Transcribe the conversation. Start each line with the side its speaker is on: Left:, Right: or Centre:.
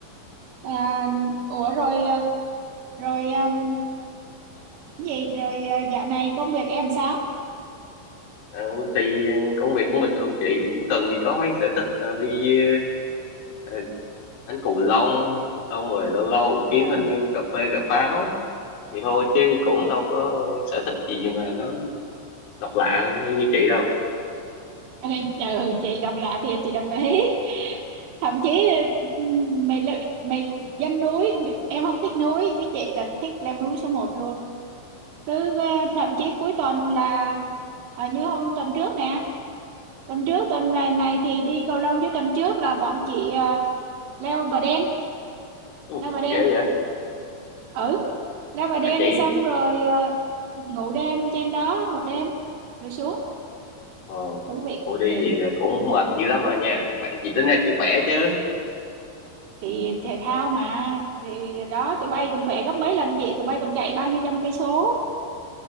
Right: à, ủa rồi ờ, rồi um, gì rồi à, dạo này công việc em sao
Left: Ờ, thì công việc cũng bình thường chị cuối tuần thì có mấy sở thích ờ, đi ờ, đánh cầu lông xong rồi lâu lâu
Right: ừ.
Left: kiếm anh em cà phê cà pháo vậy thôi chứ cũng đâu có sở thích gì mà nó độc lạ như chị đâu
Right: <laughs> Ừ, ừ, chị độc lạ thiệt chị đồng ý thậm chí ừ, mày lự- mày dân núi mày- em không thích núi chứ chị là thích leo núi số một luôn cứ ờ, thậm chí cuối tuần là ờ, như hôm tuần trước nè tuần trước tuần này, này thì đi cầu lông chứ tuần trước là bọn chị ờ, leo Bà Đen
Left: ừ,
Right: leo Bà Đen
Left: ghê vậy
Right: ừ leo Bà Đen
Left: bà chị
Right: xong rồi ờ, ngủ đêm trên đó một đêm rồi xuống
Left: ờ
Right: thú vị
Left: cô
Right: cực
Left: đi
Right: kỳ
Left: vậy là cũng mệt dữ lắm rồi nha khỏe chị tính ra chị khỏe chứ
Right: thì thể thao mà thì đó tụi bay còn khỏe gấp mấy lần chị tụi bay còn chạy bao nhiêu trăm cây số